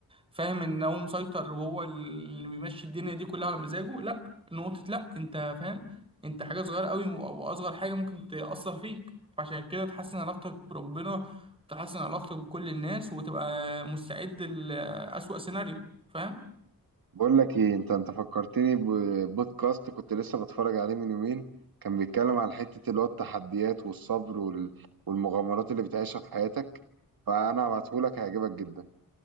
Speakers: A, on the right (about 15°); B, on the right (about 70°).
A: فاهم ان هو مسيطر وهو اللي بيمشي الدنيا دي كلها على مزاجه لا نقطه لا انت فاهم انت حاجه صغيره قوي واصغر حاجه ممكن تاثر فيك عشان كده تحسن علاقتك بربنا تحسن علاقتك بكل الناس وتبقى مستعد لأسوأ سيناريو فاهم
B: بقول لك ايه انت انت فكرتني ببودكاست كنت لسه بتفرج عليه من يومين كان بيتكلم على حتة اللي هو التحديات والصبر وال... والمغامرات اللي بتعيشها في حياتك فانا هبعتهولك هيعجبك جدا